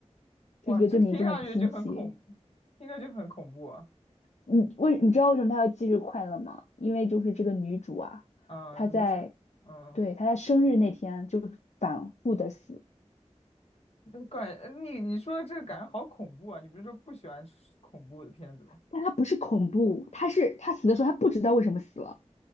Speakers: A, on the left; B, on the left.
A: 哇，
B: 就觉得这名字很新奇，
A: 这听上去就很恐，听着就很恐怖啊。
B: 你为你知道为什么她要忌日快乐吗？因为就是这个女主啊，
A: 嗯，
B: 她在
A: 你是嗯。
B: 对她在生日那天就是反复的死，
A: 那感你你说的这个感觉好恐怖啊！你不是说不喜欢吃恐怖的片子吗？
B: 但她不是恐怖，她是她死的时候她不知道为什么死了，